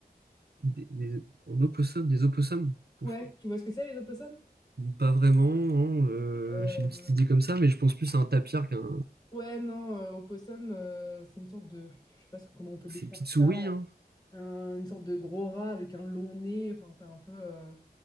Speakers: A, on the right (about 75°); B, on the left (about 25°).
A: des, des- en opossum, des opossums. Ouf.
B: Ouais, tu vois ce que c'est les opossums?
A: Pas vraiment, hein, euh,
B: Euh,
A: j'ai une petite idée comme ça, mais je pense plus à un tapir qu'un.
B: ouais, non, euh, opossum, euh, c'est une sorte de, je sais pas si, comment on peut
A: ces
B: décrire
A: petites
B: ça,
A: souris, hein.
B: un- une sorte de gros rat avec un long nez. Enfin, c'est un peu. euh,